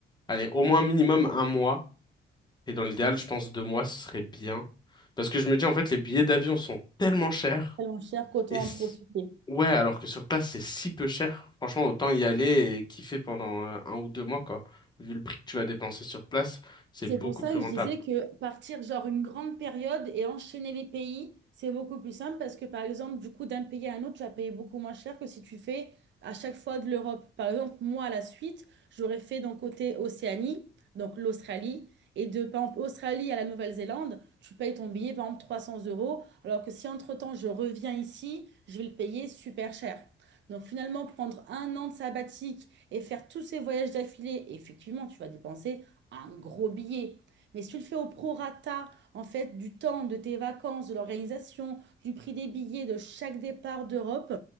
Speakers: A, on the left (about 20°); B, on the right (about 65°).
A: allez, au moins minimum un mois, et dans l'idéal, je pense deux mois, ce serait bien. Parce que je me dis en fait, les billets d'avion sont tellement chers
B: tellement cher qu'autant
A: et c-
B: en profiter.
A: ouais, alors que sur place, c'est si peu cher. Franchement, autant y aller et kiffer pendant euh, un ou deux mois, quoi. Vu le prix que tu vas dépenser sur place, c'est
B: C'est
A: beaucoup
B: pour ça
A: plus
B: que
A: rentable.
B: je disais que partir genre une grande période et enchaîner les pays, c'est beaucoup plus simple parce que par exemple, du coup, d'un pays à un autre, tu vas payer beaucoup moins cher que si tu fais à chaque fois de l'Europe. Par exemple, moi, à la suite, j'aurais fait d'un côté Océanie, donc l'Australie, et de par exemple Australie à la Nouvelle-Zélande, tu payes ton billet par exemple 300 euros, alors que si entre-temps je reviens ici, je vais le payer super cher. Donc finalement, prendre un an de sabbatique et faire tous ces voyages d'affilée, effectivement, tu vas dépenser un gros billet. Mais si tu le fais au prorata, en fait, du temps, de tes vacances, de l'organisation, du prix des billets de chaque départ d'Europe,